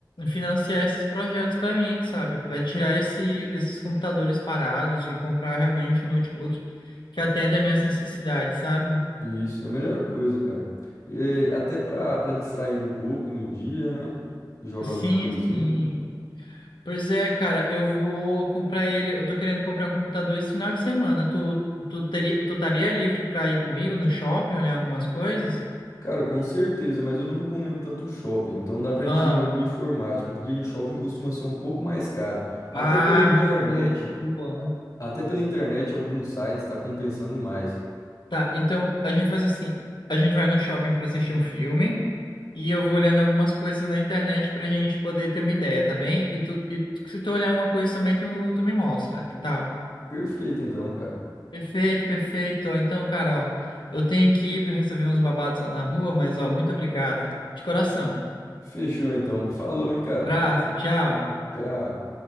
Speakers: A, on the left; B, on the left.
A: financiar esses projetos para mim, sabe? Para tirar esse- esses computadores parados e comprar realmente um notebook que atenda às minhas necessidades, sabe?
B: isso é a melhor coisa, cara. E, é, até para para distrair um pouco no dia, né? Jogar
A: Sim,
B: alguma coisinha.
A: sim. Pois é, cara, eu vou comprar ele. Eu tô querendo comprar um computador esse final de semana. Tu, tu teria, tu estaria livre pra ir comigo no shopping olhar algumas coisas?
B: Cara, com certeza, mas eu não recomendo tanto shopping. Então dá pra
A: Ah,
B: gente ir em alguma informática, porque em shopping costuma ser um pouco mais caro. Até
A: ah,
B: pela internet,
A: muito boa, muito boa.
B: até pela internet alguns sites tá compensando mais.
A: Tá, então a gente faz assim: a gente vai no shopping pra assistir um filme e eu vou olhando algumas coisas na internet pra gente poder ter uma ideia, tá bem? E, tu, e se tu olhar uma coisa também, tu, tu me mostra, que tal?
B: Perfeito então, cara.
A: Perfeito, perfeito. Então, cara, ó, eu tenho que ir para resolver uns babados lá na rua, mas ó, muito obrigado. De coração.
B: Fechou então. Falou, hein, cara.
A: Abraço, tchau.
B: Tchau.